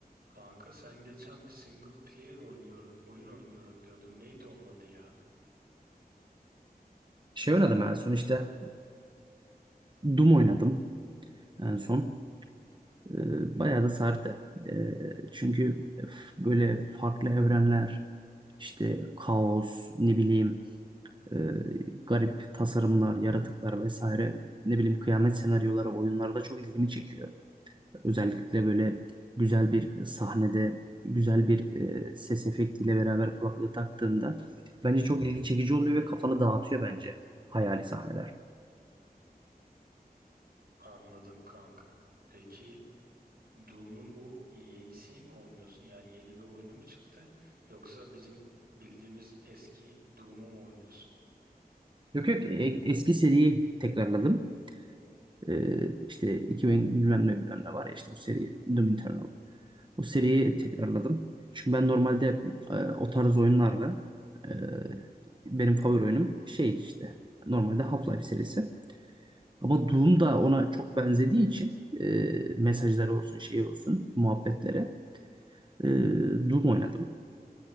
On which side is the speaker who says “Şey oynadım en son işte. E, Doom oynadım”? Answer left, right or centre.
Right